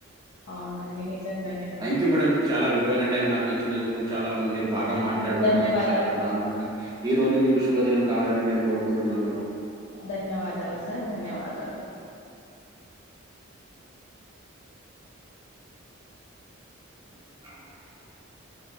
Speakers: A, on the left (about 55°); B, on the right (about 15°).
A: అవునండి నిజంగానే
B: థ్యాంక్ యూ మేడం చాలా విలువైన టైం నాకు ఇచ్చినందుకు చాలా మీరు బాగా
A: థ్యాంక్
B: మాట్లాడరు
A: యూ ధన్యవాదాలు
B: నాకు చాలా చాలా ఆనందంగా ఈ రోజు మీకు శుభదినం కావాలని నేను కోరుకుంటున్నాను మేడం
A: ధన్యవాదాలు సార్ ధన్యవాదాలు
B: <inaudible>